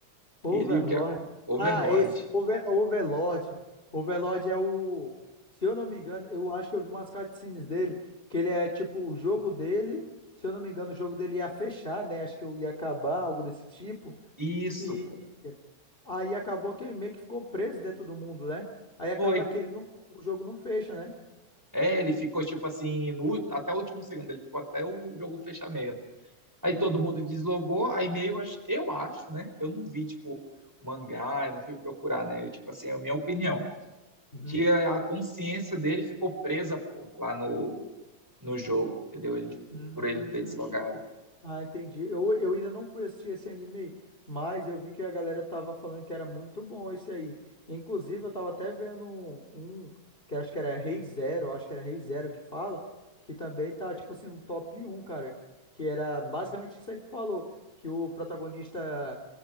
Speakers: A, on the left; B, in the centre.
A: Overlord.
B: Ele e o que é Overlord.
A: Ah, esse, Over, Overlord. Overlord é o. Se eu não me engano, eu acho que eu vi umas cutscenes dele, que ele é tipo o jogo dele. Se eu não me engano, o jogo dele ia fechar, né? Acho que eu ia acabar, algo desse tipo.
B: Isso,
A: E
B: pô.
A: aí acabou que ele meio que ficou preso dentro do mundo, né? Aí acaba
B: Foi.
A: que ele não, o jogo não fecha, né?
B: É, ele ficou tipo assim, no ú- até o último segundo, ele ficou até o jogo fechar mesmo. Aí
A: Uhum.
B: todo mundo deslogou, aí meio, acho- eu acho, né? Eu não vi, tipo, mangá, eu não fui procurar, né? Eu, tipo assim, é a minha opinião.
A: Uhum.
B: Que a a consciência dele ficou presa, pô, lá no, no jogo, entendeu? Ele,
A: Hum,
B: por ele não ter deslogado.
A: Ah, entendi. Eu, eu ainda não fui assistir esse anime aí, mas eu vi que a galera tava falando que era muito bom esse aí. Inclusive, eu tava até vendo um, um que eu acho que era Rei Zero, eu acho que era Rei Zero que fala, que também tá, tipo assim, no top um, cara. Que era basicamente isso aí que tu falou, que o protagonista,